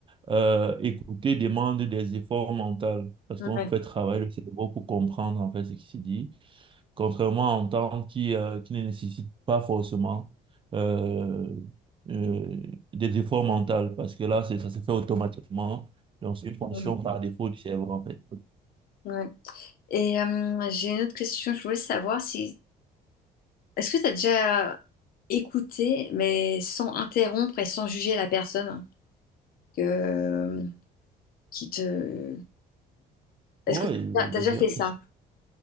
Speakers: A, on the right; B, on the left.
A: euh, écouter demande des efforts mentaux parce
B: ouais,
A: qu'on fait travailler le cerveau pour comprendre en fait ce qui se dit contrairement à un temps qui, euh, qui ne nécessite pas forcément euh, euh, des efforts mentaux, parce que là, c'est, ça se fait automatiquement. Donc, c'est une fonction
B: hum,
A: par défaut du cerveau, en fait.
B: ouais. Et hum, j'ai une autre question, je voulais savoir si. Est-ce que t'as déjà écouté, mais sans interrompre et sans juger la personne que, qui te. Est-ce
A: Oui,
B: que t'as t'as
A: je
B: déjà
A: dirais.
B: fait ça?